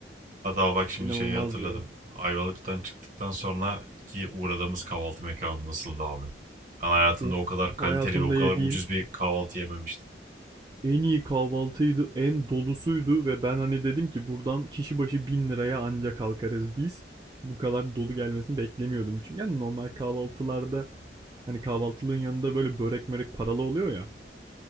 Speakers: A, on the right; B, on the right.
A: Hatta bak şimdi
B: inanılmazdı
A: şeyi hatırladım.
B: ya.
A: Ayvalık'tan çıktıktan sonra ki uğradığımız kahvaltı mekanı nasıldı abi? Ben hayatımda
B: Of
A: o kadar kaliteli
B: hayatımda
A: ve o kadar
B: yediğim
A: ucuz bir kahvaltı yememiştim.
B: En iyi kahvaltıydı, en dolusuydu ve ben hani dedim ki buradan kişi başı 1000 liraya ancak kalkarız biz. Bu kadar dolu gelmesini beklemiyordum. Çünkü hani normal kahvaltılarda hani kahvaltılığın yanında böyle börek mörek paralı oluyor ya.